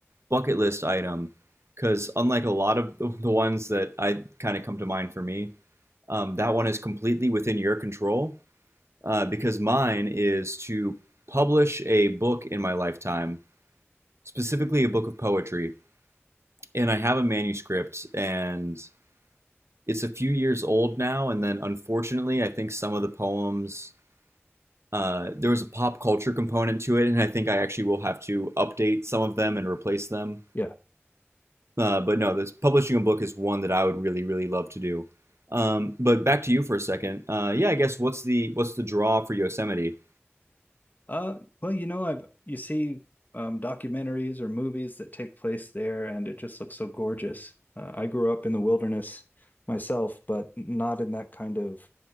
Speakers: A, on the right (about 70°); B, on the left (about 40°).
A: bucket list item because unlike a lot of <laughs> the ones that I kind of come to mind for me, um, that one is completely within your control. Uh, because mine is to publish a book in my lifetime, specifically a book of poetry, and I have a manuscript, and it's a few years old now, and then unfortunately, I think some of the poems uh, there was a pop culture component to it, and I think I actually will have to update some of them and replace them.
B: Yeah.
A: Uh, but no, this publishing a book is one that I would really, really love to do. Um, but back to you for a second. Uh, yeah, I guess what's the what's the draw for Yosemite?
B: Uh, well, you know, I've you see um, documentaries or movies that take place there, and it just looks so gorgeous. Uh, I grew up in the wilderness myself, but not in that kind of